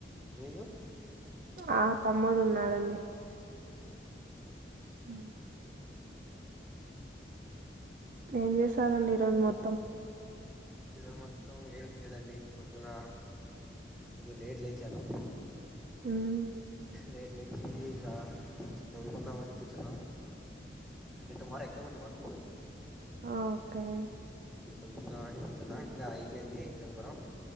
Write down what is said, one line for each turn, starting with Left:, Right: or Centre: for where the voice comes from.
Centre: మీకు
Right: ఆ తమ్ముడు ఉన్నాడండి అ ఏం చేసారండి ఈరోజు మొత్తం
Centre: ఈ రోజు మొత్తం ఏం లేదండి పొద్దున కొద్దిగ లేట్ లేచను
Right: మ్మ్
Centre: లేట్ లేచి ఇంకా చవుకుందామని కూర్చున్నా అంటే టుమారో ఎగ్జామ్ ఉంది మాకు
Right: ఆ ఒకే
Centre: చదువుతున్నాతున్నా అయిపోయింది చదుకోవడం